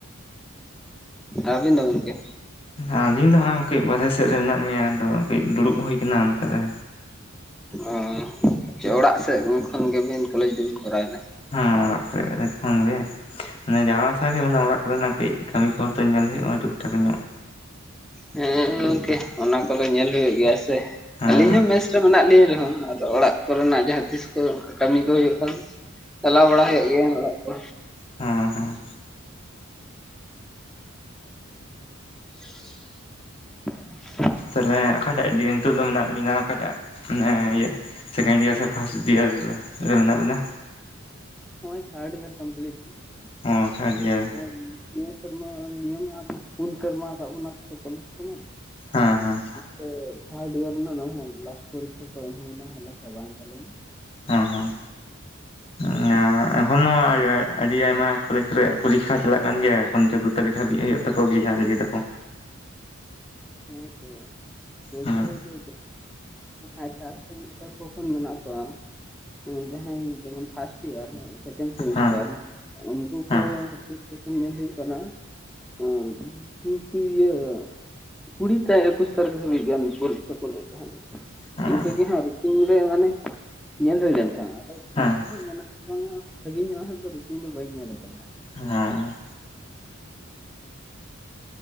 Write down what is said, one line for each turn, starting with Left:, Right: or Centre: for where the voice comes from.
Centre: ᱟᱹᱵᱤᱱ ᱫᱚ ᱜᱚᱢᱠᱮ?
Left: ᱟᱹᱞᱤᱧ ᱫᱚ ᱦᱚᱸᱜᱚᱭ ᱠᱟᱹᱡ ᱵᱟᱨᱦᱮ ᱥᱮᱫ ᱨᱮ ᱢᱮᱱᱟᱜ ᱞᱤᱧᱟ ᱟᱫᱚ ᱠᱟᱹᱡ ᱫᱩᱲᱩᱵ ᱦᱩᱭ ᱠᱟᱱᱟ ᱚᱱᱛᱮ ᱨᱮ᱾
Centre: ᱚᱻ ᱪᱮ ᱚᱲᱟᱜ ᱥᱮᱫ ᱠᱷᱚᱱ ᱜᱮᱵᱤᱱ ᱠᱚᱞᱮᱡᱽ ᱫᱚᱵᱤᱱ ᱠᱚᱨᱟᱣ ᱮᱫᱟ?
Left: ᱦᱮᱸ ᱚᱲᱟᱜ ᱠᱚᱨᱮ ᱠᱷᱚᱱ ᱜᱮ ᱢᱟᱱᱮ ᱡᱟ ᱥᱟᱶᱟ ᱜᱮ ᱢᱟᱱᱮ ᱚᱲᱟᱜ ᱠᱚᱨᱮᱱᱟᱜ ᱠᱟᱹᱡ ᱠᱟᱹᱢᱤ ᱠᱚᱦᱚ ᱛᱚ ᱧᱮᱞ ᱦᱳᱭᱳᱜᱼᱟ ᱴᱩᱠ ᱴᱷᱟᱠ ᱧᱚᱜ᱾
Centre: ᱦᱮᱸ ᱜᱚᱝᱠᱮ ᱚᱱᱟ ᱠᱚᱫᱚ ᱧᱮᱞ ᱦᱩᱭᱩᱜ ᱜᱮᱭᱟ ᱾
Left: ᱦᱮᱸ
Centre: ᱟᱹᱞᱤᱧ ᱦᱚᱸ ᱢᱮᱥ ᱨᱮ ᱢᱮᱱᱟᱜ ᱞᱤᱧ ᱨᱮᱦᱚᱸ ᱟᱫᱚ ᱚᱲᱟᱜ ᱠᱚᱨᱮᱱᱟᱜ ᱡᱟᱦᱟᱸ ᱛᱤᱥ ᱠᱚ ᱠᱟᱹᱢᱤ ᱠᱚ ᱦᱩᱭᱩᱜ ᱠᱷᱟᱱ, ᱪᱟᱞᱟᱣ ᱵᱟᱲᱟ ᱦᱩᱭᱩᱜ ᱜᱮᱭᱟ ᱚᱲᱟᱜ ᱠᱚ᱾
Left: ᱦᱟᱸ ᱦᱟᱸ᱾
Centre: <inaudible>
Left: ᱛᱟᱦᱞᱮ ᱚᱠᱟᱴᱟᱜ ᱤ ᱱᱤᱛᱚᱜ ᱫᱚ ᱢᱮᱱᱟᱜ ᱢᱮᱱᱟ ᱚᱠᱟᱴᱟᱜ ᱢᱟᱱᱮ ᱤᱭᱟᱹ ᱥᱮᱠᱮᱱᱰ ᱰᱤᱭᱟᱨ ᱥᱮ ᱯᱷᱟᱥᱴ ᱰᱤᱭᱟᱨ ᱨᱮ ᱢᱮᱱᱟᱜ ᱵᱤᱱᱟ
Centre: ᱦᱚᱜᱼᱚᱭ ᱛᱟᱨᱰ ᱤᱭᱟᱨ ᱠᱚᱢᱯᱞᱤᱴ
Left: ᱚ
Centre: <unintelligible>
Left: ᱛᱷᱟᱨᱰ ᱤᱭᱟᱨ
Centre: ᱥᱮᱨᱢᱟ ᱱᱤᱭᱚᱢ ᱯᱩᱱ ᱥᱮᱨᱢᱟ ᱟᱠᱟᱫ ᱵᱚᱱᱟ ᱠᱚᱛᱚ ᱠᱚᱞᱮᱡᱽ ᱠᱚᱢᱟ
Left: ᱦᱟᱸ ᱦᱟᱸ
Centre: ᱛᱟᱹ ᱛᱷᱟᱨᱰ ᱰᱤᱭᱟᱨ ᱨᱮᱱᱟᱜ ᱱᱚᱭᱦᱟᱜ ᱞᱟᱥᱴ ᱯᱚᱨᱤᱠᱠᱷᱟ ᱠᱚ ᱮᱢ ᱦᱩᱭᱱᱟ ᱦᱚᱞᱟ ᱪᱟᱵᱟᱭᱮᱱ ᱛᱟᱞᱮᱭᱟ
Left: ᱦᱮᱸ ᱦᱮᱸ
Centre: <inaudible>
Left: ᱧᱟᱸ ᱮᱠᱷᱚᱱᱚ ᱟᱹᱰᱤ ᱟᱭᱢᱟ ᱠᱚᱞᱮᱡᱽ ᱠᱚᱨᱮᱫ ᱯᱚᱨᱤᱠᱠᱷᱟ ᱪᱟᱞᱟᱜ ᱠᱟᱱ ᱜᱮᱭᱟ ᱮᱠᱷᱚᱱ ᱪᱳᱫᱽᱫᱳ ᱛᱟᱹᱨᱤᱠᱷ ᱦᱟᱹᱵᱤᱡᱽ ᱦᱩᱭᱩᱜ ᱛᱟᱠᱚ ᱜᱮᱭᱟ ᱞᱟᱹᱭ ᱫᱟᱠᱚ
Centre: ᱦᱮ ᱛᱚ ᱪᱳᱫᱫᱳ
Left: ᱦᱮᱸ
Centre: ᱫᱚ ᱪᱮ ᱡᱟᱦᱟᱭ <unintelligible> ᱥᱮᱢᱮᱥᱴᱟᱨ ᱠᱚ ᱠᱷᱚᱱ ᱢᱮᱱᱟᱜ ᱠᱚᱣᱟ ᱡᱟᱦᱟᱸᱭ ᱡᱮᱢᱚᱱ ᱯᱷᱟᱥᱴ ᱟᱨ ᱥᱮᱠᱮᱱᱰ ᱥᱮᱢᱮᱥᱴᱟᱨ
Left: ᱦᱮᱸ
Centre: ᱩᱱᱠᱩ ᱠᱚᱣᱟᱜ
Left: ᱦᱮᱸ
Centre: <unintelligible> ᱧᱮᱞ ᱦᱩᱭᱩᱜ ᱠᱟᱱᱟ <unintelligible> ᱤᱭᱟᱹ ᱠᱩᱲᱤᱛᱮᱭ ᱮᱠᱩᱥ ᱛᱟᱹᱨᱤᱠᱷ ᱫᱷᱟᱹᱵᱤᱡᱽ ᱜᱟᱱ ᱯᱚᱨᱤᱠᱠᱷᱟ ᱠᱚ ᱞᱟᱹᱭᱮᱫ ᱛᱟᱦᱮᱱᱟ᱾
Left: ᱦᱮᱸ
Centre: ᱤᱱᱠᱟᱹ ᱜᱮ ᱦᱟᱸᱜ ᱨᱩᱴᱤᱱ ᱨᱮ ᱢᱟᱱᱮ ᱧᱮᱞ ᱦᱩᱭ ᱞᱮᱱ ᱛᱟᱦᱮᱸᱱᱟ ᱟᱫᱚ
Left: ᱦᱟᱸ
Centre: ᱢᱮᱱᱟᱜᱼ ᱟ ᱥᱮ ᱵᱟᱝᱼᱟ ᱥᱟᱺᱜᱤᱧ ᱚᱜ-ᱟ ᱦᱟᱜ ᱫᱚ ᱨᱩᱴᱤᱱ ᱫᱚ ᱵᱟᱹᱧ ᱧᱮᱞ ᱠᱟᱫᱟ᱾
Left: ᱦᱟᱸ